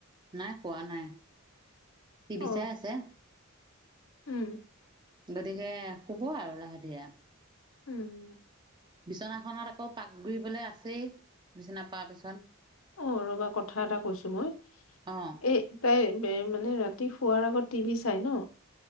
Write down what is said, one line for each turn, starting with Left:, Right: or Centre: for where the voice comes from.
Right: নাই হোৱা নাই টিভি
Left: অ
Right: বিচাই আছে।
Left: উম।
Right: গতিকে শুব আৰু লাহে ধীৰে।
Left: উম,
Right: বিছনাখনত আকৌ পাক ঘুৰিবলৈ আছেই বিচনা পৰা পিছত।
Left: অ ৰবা কথা এটা কৈছো মই
Right: অ'।
Left: এই, তাই মানে ৰাতি শুৱাৰ আগত টিভি চাই ন।